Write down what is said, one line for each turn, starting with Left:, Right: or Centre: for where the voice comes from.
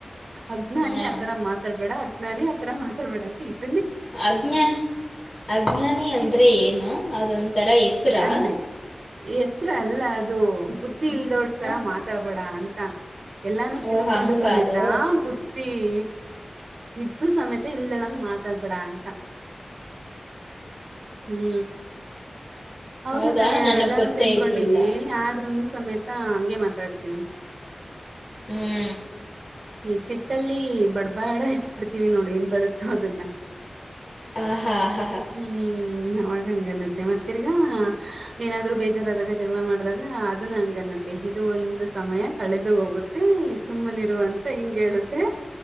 Right: ಅಜ್ಞಾನಿ
Left: ಹಾಂ
Right: ಆತರ ಮಾತಾಡ್ಬೇಡ ಅಜ್ಞಾನಿ ಆತರ ಮಾತಾಡ್ಬೇಡ ಅಂತ ಇದ್
Left: ಅಜ್ಞಾ ಅಜ್ಞಾನಿ ಅಂದ್ರೆ ಏನು, ಅದೊಂಥರ ಹೆಸರಾ?
Right: ಅಂದ್ರಿ ಹೆಸ್ರ ಅಲ್ಲ ದೂ. ಬುದ್ಧಿ ಇಲ್ದೋಳ್
Left: ಹಾಂ
Right: ತರಾ ಮಾತಾಡ್ಬೇಡ ಅನ್ ತಾ. ಎಲ್ಲಾನು
Left: ಓ
Right: ತಿಳ್ಕೊಂಡು
Left: ಹಂಗ
Right: ಸಮೇತಾ
Left: ಅದು
Right: ಬುದ್ಧಿಈ ಇದ್ದು ಸಮೇತ ಇಲ್ದಳಂಗ್ ಮಾತಾಡ್ಬೇಡ ಅಂತ, ಹ್ಮೂ. ಹೌದು
Left: ಹೌದಾ
Right: ತಾನೆ ನಾವೆಲ್ಲಾನು
Left: ನನಗೆ ಗೊತ್ತೇ
Right: ತಿಳ್ಕೊಂಡಿವಿ
Left: ಇದ್ದಿಲ್ಲ
Right: ಆದ್ರುನೂ ಸಮೇತ ಹಂಗೆ ಮಾತಾಡ್ತೀನಿ.
Left: ಹ್ಮೂ.
Right: ಈ ಸಿಟ್ಟಲ್ಲಿ ಬಡ್ ಬಡಾಯಿಸ್ ಬಿಡ್ತೀವ್ ನೋಡ್ ಏನ್ ಬರುತ್ತೋ ಅದನ್ನ
Left: ಆ ಹಾ ಹಾ ಹಾ
Right: ಹ್ಮೂ. ಹ್ಮ್ ಅವಾಗ್ ಹಂಗನ್ನತ್ತೆ ಮತ್ ತಿರ್ಗಾ ಏನಾದ್ರು ಬೇಜಾರಾದಾಗ ಜಗಳ ಮಾಡ್ದಾಗ್ <unintelligible> ಅದನ್ನ ಹಂಗನ್ನತ್ತೆ ಇದು ಒಂದು ಸಮಯ ಕಳೆದು ಹೋಗುತ್ತೇ ಸುಮ್ಮನಿರು ಅಂತ್ ಹಿಂಗ್ ಹೇಳುತ್ತೆ,